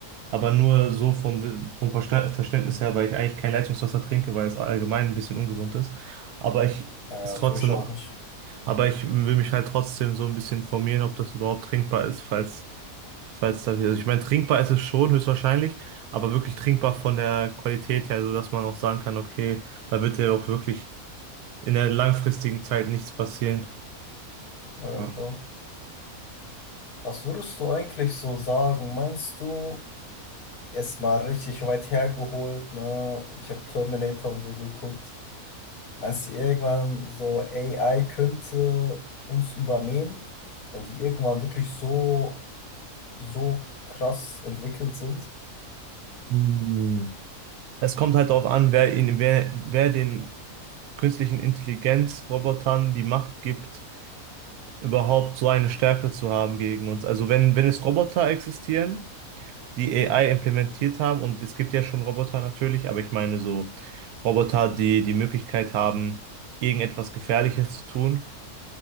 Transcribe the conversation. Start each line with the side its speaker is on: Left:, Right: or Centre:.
Right: Aber nur so vom, Wi- vom Versta- Verständnis her, weil ich eigentlich kein Leitungswasser trinke, weil es allgemein ein bisschen ungesund ist. Aber ich
Left: Naja,
Right: es trotzdem
Left: tue ich auch nicht.
Right: aber ich will mich halt trotzdem so ein bisschen informieren, ob das überhaupt trinkbar ist, falls, falls da, also ich meine, trinkbar ist es schon, höchstwahrscheinlich, aber wirklich trinkbar von der Qualität her, so dass man auch sagen kann, okay, da wird ja auch wirklich in der langfristigen Zeit nichts passieren.
Left: Ja,
Right: Ja.
Left: ja, klar. Was würdest du eigentlich so sagen? Meinst du, erstmal richtig weit hergeholt, ne? Ich habe Terminator und so geguckt. Meinst du irgendwann so, AI könnte uns übernehmen, wenn die irgendwann wirklich so, so krass entwickelt sind?
Right: Hm. Es kommt halt darauf an, wer ihn, wer, wer den künstlichen Intelligenzrobotern die Macht gibt, überhaupt so eine Stärke zu haben gegen uns. Also wenn, wenn es Roboter existieren, die AI implementiert haben. Und es gibt ja schon Roboter natürlich, aber ich meine so Roboter, die die Möglichkeit haben, irgendetwas Gefährliches zu tun.